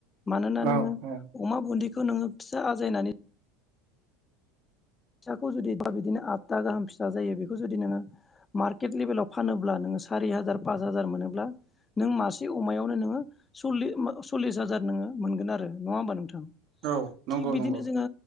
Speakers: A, on the left; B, on the right.
A: मानोना
B: औ
A: नोंङो
B: औ
A: अमा बुन्दिखौ नोंङो फिसा आजायनानै फिसाखौ जुदि दा बिदिनो आदथा गाहाम फिसा जायो बेखौ जुदि नोंङो मार्केट लेभेलाव फानोब्ला नों सारि हाजार पास हाजार मोनोब्ला नों मासे अमायावनो नोंङो सल्लि ओ सल्लिस हाजार नोंङो मोनगोन आरो नंङा ओमबा नोंथां?
B: औ नंगौ
A: थिग बिदिनो
B: नंगौ।
A: जोङो